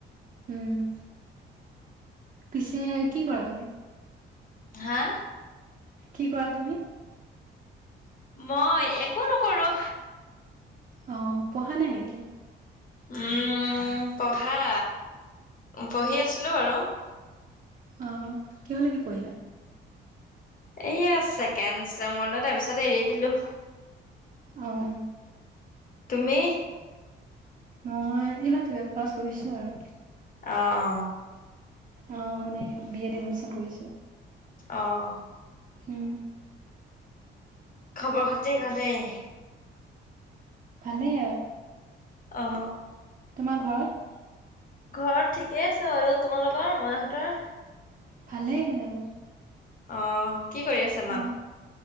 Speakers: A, on the right; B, on the left.
A: উম পিছে কি কৰা তুমি?
B: হা
A: কি কৰা তুমি?
B: মই একো নকৰো।
A: অঁ পঢ়া নাই নেকি?
B: উম পঢ়া পঢ়ি আছিলো বাৰু।
A: অ কিহলৈকে পঢ়িলা।
B: এয়া ছেকেন চ মৰলৈ তাৰপিছত এৰি দিলো।
A: অঁ
B: তুমি?
A: মই ইমান টুৱেলভ পাছ কৰিছোঁ। আৰু
B: অ অ
A: আহ মানে বি এড এডমিচন কৰিছো।
B: অ',
A: উ
B: খবৰ খাতি ভালেই।
A: ভালে আৰু
B: অ
A: তোমাৰ ঘৰত
B: ঘৰত ঠিকেই আছে ব তোমালোকৰ মাহঁতৰ-
A: ভালেই এনেকে
B: অ কি কৰি আছো।
A: অ